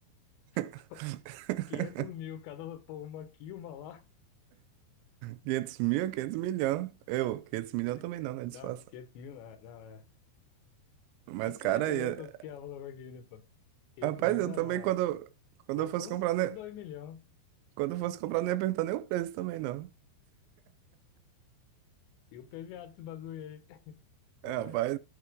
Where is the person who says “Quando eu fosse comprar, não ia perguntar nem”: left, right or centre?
Right